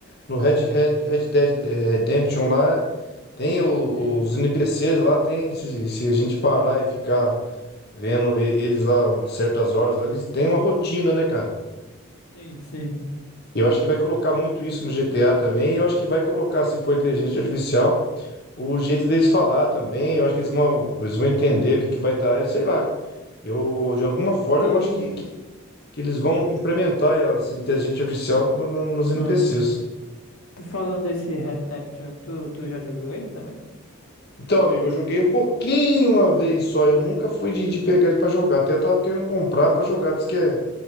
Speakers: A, on the left; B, on the left.
A: No Red, Red, Red Dead eh, Redemption lá, tem o-
B: sim,
A: os NPCs lá, tem. Se, se a gente parar e ficar vendo e- eles lá umas certas horas, lá, eles têm uma rotina, né, cara?
B: sim, sim.
A: Eu acho que vai colocar muito isso no GTA também. Eu acho que vai colocar, se for inteligência artificial, o jeito deles falar também. Eu acho que eles vão, eles vão entender o que, que vai estar. Sei lá. Eu, de alguma forma,
B: Tu,
A: eu acho que, que, que eles vão implementar essa inteligência artificial no- no- nos NPCs.
B: uhum. Tu falou desse Redemption, tu, tu já jogou ele também?
A: Então, amigo, eu joguei um pouquinho uma vez só. Eu nunca fui de, de
B: Uhum.
A: pegar ele pra jogar. Até eu tava querendo comprar pra jogar. Diz que é,